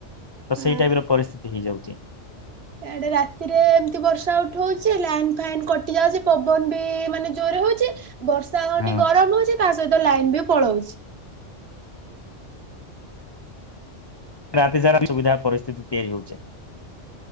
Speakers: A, on the left; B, on the right.
A: ତ ସେଇ
B: ହଁ
A: ଟାଇପ ର ପରିସ୍ଥିତି ହେଇଯାଉଚି।
B: ଇଆଡେ ରାତିରେ ଏମିତି ବର୍ଷା ଉଠଉଚି ଲାଇନ ଫାଇନ୍ କଟି ଯାଉଚି ପବନ ବି ମାନେ ଜୋରେ ହଉଛି ବର୍ଷା ହଉନି
A: ହଁ।
B: ଗରମ ହଉଚି ତା ସହିତ ଲାଇନ୍ ବି ପଳଉଚି
A: ରାତି ସାରା ସୁବିଧା ପରିସ୍ଥିତି ତିଆରି ହେଉଚି